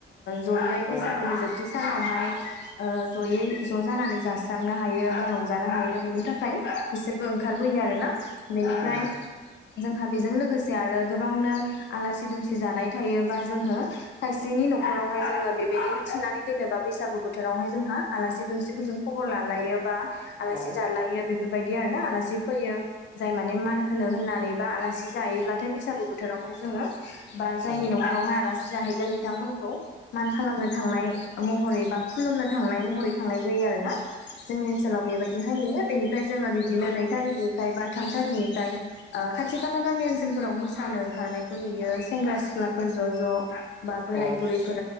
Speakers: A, on the left; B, on the left.
A: जयै बैसागोनि
B: उम
A: जोब खाथि सानावहाय जयै ज' जानानै जास्रांनो हायो बा रंज रंजानो हायो बेनि थाखाय बिसोरबो ओंखारबोयो आरोना बेनिफ्राय
B: उम औ
A: जोंहा बेजों लोगोसे आरो गोबांनो आलासि दुमसि जानाय थायो बा जोंङो खायसेनि न'खरावहाय जोङो बेबायदिनो थिनानै दोनोबा बैसागु बोथोरावहाय जोंहा आलासि दुमसिफोरजों खबर लालायो बा आलासि
B: औ
A: जालायो बेफोरबायदि आरोना आलासि फैयो जाय माने मान होनो होननानै बा आलासि जायोब्लाथाय बैसागु बोथोरावहाय जोङो बा जायनि
B: औ
A: न'खरावहाय आलासि जाहैगोन बिथांमोनखौ मान खालामनो थांनाय महरै बा खुलुमनो थांनाय महरै थांनाय जायो आरोना जोंनि ओनसोलाव बेबायदिहाय नुयो बेनिफ्राय जोङो बिदिनो नै थारिखनिफ्राय बा थाम थारिखनिफ्राय खाथि खाला गामि ओनसोलफोराव मोसानो ओंखारनायखौ नुयो सेंग्रा सिख्ला सिख्लाफोर ज' ज' बा बोराय
B: औ
A: बुरै फोर